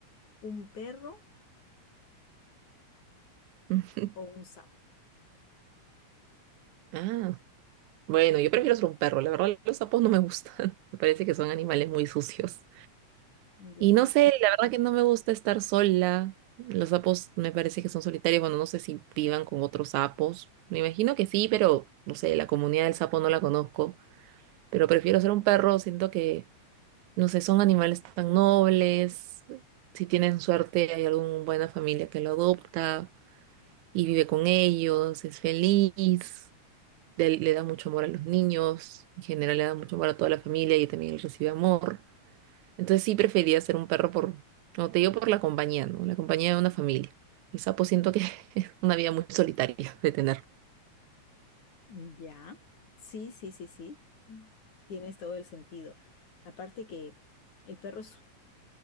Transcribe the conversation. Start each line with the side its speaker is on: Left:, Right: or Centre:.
Left: ¿Un perro
Right: Ujú.
Left: o un sapo?
Right: Ah. Bueno, yo prefiero ser un perro. La verdad, los sapos no me gustan. <laughs> Me parece que son animales muy sucios.
Left: Ya,
Right: Y no sé, la verdad que no me gusta estar sola. Los sapos me parece que son solitarios. Bueno, no sé si vivan con otros sapos. Me imagino que sí, pero no sé, la comunidad del sapo no la conozco. Pero prefiero ser un perro. Siento que, no sé, son animales tan nobles. Si tienen suerte, hay alguna buena familia que lo adopta y vive con ellos, es feliz le, le da mucho amor a los niños, en general le da mucho amor a toda la familia y también él recibe amor. Entonces sí prefería ser un perro por, no te digo por la compañía, ¿no? La compañía de una familia. El sapo siento que <laughs> es una vida muy solitaria de tener.
Left: ya. Sí, sí, sí, sí. Mm. Tienes todo el sentido. Aparte que el perro es,